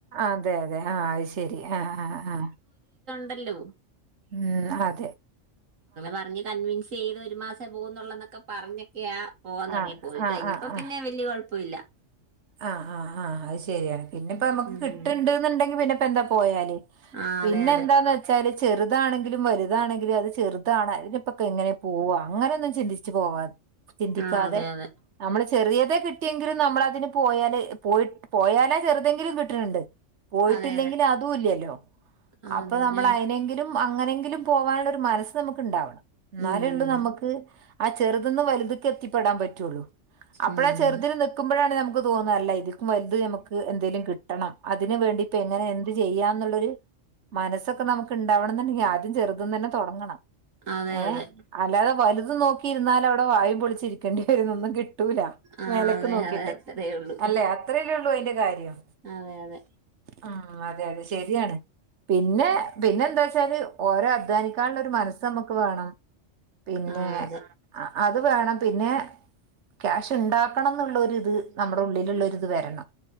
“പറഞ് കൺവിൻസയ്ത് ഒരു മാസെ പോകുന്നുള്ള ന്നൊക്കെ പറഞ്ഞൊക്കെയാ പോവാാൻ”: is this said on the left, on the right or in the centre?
Right